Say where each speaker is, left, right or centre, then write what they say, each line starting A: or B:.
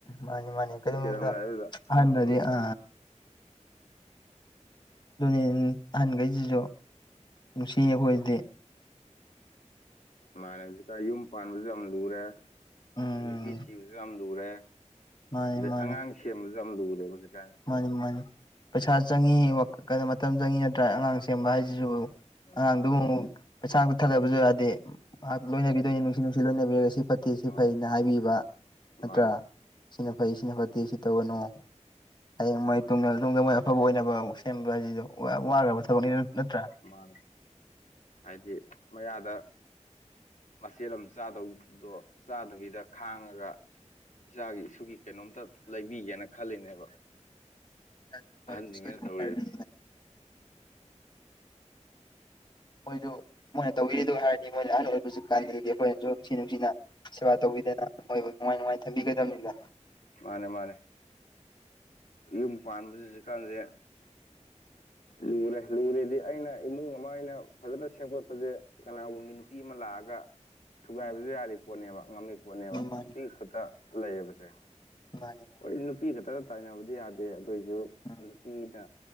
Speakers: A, on the left; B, on the left.
A: ꯃꯥꯅꯤ ꯃꯥꯅꯤ ꯀꯩꯗꯧꯅꯨꯡꯗ
B: ꯁꯤꯔꯝꯗꯥꯏꯗꯨꯗ
A: ꯍꯥꯟꯅꯗꯤ
B: ꯎꯝ
A: ꯑ ꯑꯗꯨꯅꯦ ꯑꯍꯟꯈꯩꯁꯤꯁꯨ ꯅꯨꯡꯁꯤꯉꯦ ꯑꯩꯈꯣꯏꯗꯤ
B: ꯃꯥꯥꯟꯅꯦ ꯍꯧꯖꯤꯛꯀ ꯌꯨꯝ ꯄꯥꯟꯕꯁꯨ ꯌꯥꯝ ꯂꯨꯔꯦ
A: ꯎꯝ
B: ꯑꯗꯩ ꯅꯨꯄꯤ ꯊꯤꯕꯁꯨ ꯌꯥꯝ ꯂꯨꯔꯦ
A: ꯃꯥꯅꯤ
B: ꯑꯗꯩ
A: ꯃꯥꯅꯤ
B: ꯑꯉꯥꯡ ꯁꯦꯝꯕꯁꯨ ꯌꯥꯝ ꯂꯨꯔꯦꯕ ꯍꯧꯖꯤꯛꯀꯥꯟ
A: ꯃꯥꯅꯤ ꯃꯥꯅꯤ ꯄꯩꯁꯥ ꯆꯪꯉ ꯀꯩꯅꯣ ꯃꯇꯝ ꯆꯪꯏꯤ ꯅꯠꯇ꯭ꯔꯒ ꯑꯉꯥꯡ ꯁꯦꯝꯕ ꯍꯥꯏꯁꯤꯁꯨ
B: ꯎꯝ
A: ꯑꯉꯥꯡꯗꯨꯃꯨꯛ ꯄꯩꯁꯥ <inaudible> ꯊꯜꯂꯕꯁꯨ ꯌꯥꯗꯦ ꯉꯥꯛꯁꯨ ꯂꯣꯏꯅꯕꯤꯗꯣꯏꯅꯤ ꯅꯨꯡꯁꯤ-ꯅꯨꯡꯁꯤ ꯂꯣꯏꯅꯕꯤꯔꯒ ꯁꯤ ꯐꯠꯇꯦ ꯁꯤ
B: ꯃꯥꯅꯦ
A: ꯐꯅ ꯍꯥꯏꯕꯤꯕ
B: ꯃꯥꯅꯦ
A: ꯅꯠꯇ꯭ꯔꯥ ꯁꯤꯅ ꯐꯩ ꯁꯤꯅ ꯐꯠꯇꯦ ꯁꯤ ꯇꯧꯒꯅꯨ ꯍꯌ‌ꯦꯡ ꯃꯈꫭꯏ ꯇꯨꯡꯗ ꯇꯨꯡꯗ ꯑꯐꯕ ꯑꯣꯏꯅꯕ ꯁꯦꯝꯕ ꯍꯥꯏꯁꯤꯗ ꯋꯥꯈ꯭ꯔꯕ ꯊꯕꯛꯅꯤꯅ ꯅꯠꯇ꯭ꯔꯥ
B: ꯃꯥꯅꯦ ꯍꯥꯏꯗꯤ ꯃꯌꯥꯗ ꯃꯁꯦꯜꯠ ꯑꯃ ꯆꯥꯗꯧꯗꯣ ꯆꯥꯗꯕꯤꯗ ꯈꯥꯡꯉꯒ ꯏꯆꯥꯒꯤ ꯏꯁꯨꯒꯤ ꯀꯩꯅꯣꯝꯇ ꯂꯩꯕꯤꯒꯦꯅ ꯈꯜꯂꯤꯅꯦꯕ
A: ꯌꯥ ꯎꯥꯔ
B: ꯑꯍꯟꯁꯤꯡꯁꯤꯅ
A: ꯁꯣꯏ
B: ꯇꯧꯔꯤꯁꯦ
A: ꯎꯔꯂꯤ ꯃꯣꯏꯁꯨ ꯃꯣꯏꯅ ꯇꯧꯕꯤꯔꯤꯗ ꯍꯥꯏꯔꯗꯤ ꯃꯣꯏꯅ ꯑꯍꯟ ꯑꯣꯏꯕꯁꯨ ꯀꯥꯟꯗꯨꯗꯗꯤ ꯑꯩꯈꯣꯏꯅꯁꯨ ꯅꯨꯡꯁꯤ ꯅꯨꯡꯁꯤꯅ ꯁꯦꯕꯥ ꯇꯧꯕꯤꯗꯅ ꯃꯣꯏꯕꯨ ꯅꯨꯡꯉꯥꯏ-ꯅꯨꯡꯉꯥꯏꯅ ꯊꯝꯕꯤꯒꯗꯕꯅꯤꯅ
B: ꯃꯥꯅꯦ ꯃꯥꯅꯦ ꯌꯨꯝ ꯄꯥꯟꯕꯁ ꯍꯧꯖꯤꯛꯀꯥꯟꯁꯦ ꯂꯨꯔꯦ-ꯂꯨꯔꯦꯗꯤ ꯑꯩꯅ ꯏꯃꯨꯡ ꯑꯃ ꯑꯩꯅ ꯐꯖꯅ ꯁꯦꯝꯒꯠꯄꯖ‌ꯦ ꯀꯅꯥꯒꯨꯝ ꯃꯤ ꯅꯨꯄꯤ ꯑꯃ ꯂꯥꯛꯑꯒ ꯊꯨꯒꯥꯏꯕꯁꯨ ꯌꯥꯗꯦ ꯄꯣꯠꯅꯦꯕ ꯉꯝꯃꯤ ꯄꯣꯠꯅꯦꯕ
A: ꯃꯥꯅꯤ
B: ꯅꯨꯄꯤꯒꯤ ꯈꯨꯠꯇ ꯂꯩꯌꯦꯕꯁꯦ
A: ꯃꯥꯅꯦ
B: ꯍꯣꯏ ꯅꯨꯄꯤ ꯈꯛꯇꯒ ꯇꯥꯏꯅꯕꯗꯤ ꯌꯥꯗꯦ ꯑꯗꯨ ꯑꯣꯏꯁꯨ
A: ꯎꯝ
B: ꯅꯨꯄꯤꯅ